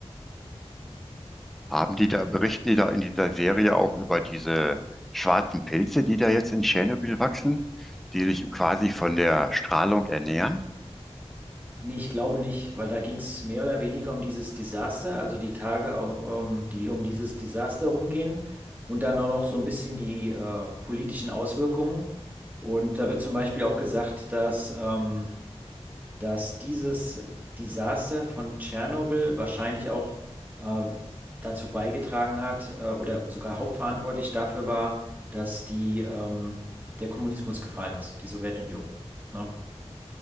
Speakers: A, in the centre; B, on the right.
A: Haben die da, berichten die da in dieser Serie auch über diese schwarzen Pilze, die da jetzt in Tschernobyl wachsen, die sich quasi von der Strahlung ernähren?
B: Nee, ich glaube nicht, weil da ging es mehr oder weniger um dieses Desaster, also die Tage, au- ähm, die um dieses Desaster rumgehen und dann auch noch so ein bisschen die äh, politischen Auswirkungen. Und da wird zum Beispiel auch gesagt, dass, ähm, dass dieses Desaster von Tschernobyl wahrscheinlich auch ähm, dazu beigetragen hat äh, oder sogar hauptverantwortlich dafür war, dass die, ähm, der Kommunismus gefallen ist, die Sowjetunion. Ne?